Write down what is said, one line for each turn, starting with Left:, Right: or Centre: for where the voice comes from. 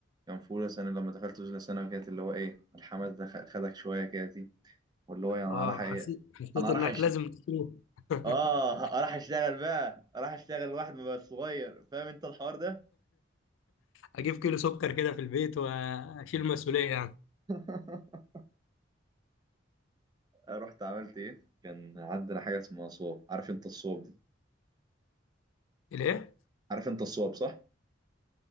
Right: كان في اولى ثانوي لما دخلت اولى ثانوي كانت اللي هو ايه الحماس ده خ- خدك شويه كده دي واللي هو انا
Left: اه
Right: راح
Left: حسيت حسيت
Right: انا
Left: انك
Right: راح أش...
Left: لازم تشيل <laughs>
Right: اه راح اشتغل بقى راح اشتغل واحد بقى صغير فاهم انت الحوار ده
Left: اجيب كيلو سكر كده في البيت واشيل المسؤوليه يعني
Right: <laughs> رحت عملت ايه كان عندنا حاجه اسمها صواب عارف انت الصواب دي
Left: الايه
Right: عارف انت الصواب صح